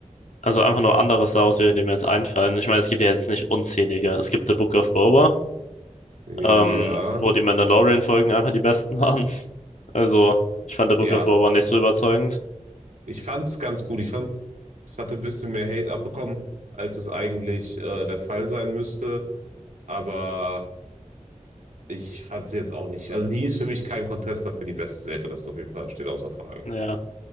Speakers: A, on the left (about 65°); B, on the right (about 85°).
A: also einfach nur andere Star Wars-Serien, die mir jetzt einfallen. Ich meine, es gibt ja jetzt nicht unzählige. Es gibt The Book of Boba,
B: die-
A: ähm,
B: ja,
A: wo die Mandalorian-Folgen einfach die besten waren. Also, ich fand der Rückaufbau
B: ja,
A: war aber nicht so überzeugend.
B: ich fand's ganz gut. Ich fand, es hatte ein bisschen mehr Hate abbekommen, als es eigentlich äh, der Fall sein müsste. Aber ich fand's jetzt auch nicht. Also die ist für mich kein Contester für die beste Serie. Das auf jeden Fall steht außer Frage.
A: Ja,